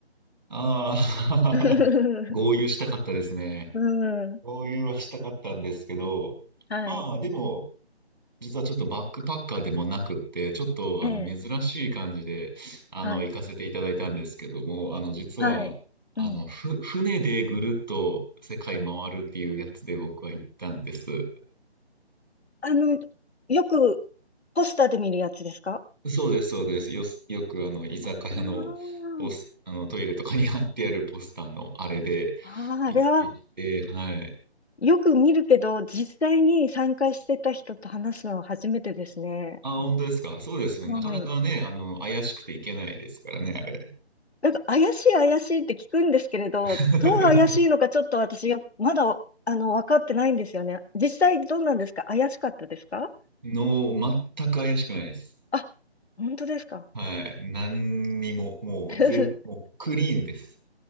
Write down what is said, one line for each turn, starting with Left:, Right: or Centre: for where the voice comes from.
Right: ああ
Left: <laughs>
Right: <laughs> 合流したかったですね。
Left: うん。
Right: 合流はしたかったんですけど、
Left: はい。
Right: まあでも、実はちょっとバックパッカーでもなくって、ちょっとあの珍しい感じで、
Left: ええ。
Right: あの、
Left: はい。
Right: 行かせていただいたんですけども、あの、実は、
Left: はい。
Right: あの、
Left: うん。
Right: ふ、船でぐるっと世界回るっていうやつで僕は行ったんです。
Left: あの、よくポスターで見るやつですか
Right: そうです、そうです。よ、よくあの、居酒屋のポス、
Left: ああ
Right: あの、トイレとかに貼ってあるポスターのあれで
Left: ああ、
Right: 行ってきて、
Left: あれは
Right: はい。
Left: よく見るけど、実際に参加してた人と話すのは初めてですね。
Right: あ、本当ですか。そうですね。
Left: はい。
Right: なかなかね、あの、怪しくていけないですからね、あれ。
Left: なんか怪しい怪しいって聞くんですけれど、
Right: <laughs>
Left: どう怪しいのかちょっと私よ、まだ、あの、分かってないんですよね。実際どうなんですか怪しかったですか
Right: の、全く怪しくないです。
Left: あ、本当ですか
Right: はい。何にも、もう全、
Left: <laughs>
Right: もうクリーンです。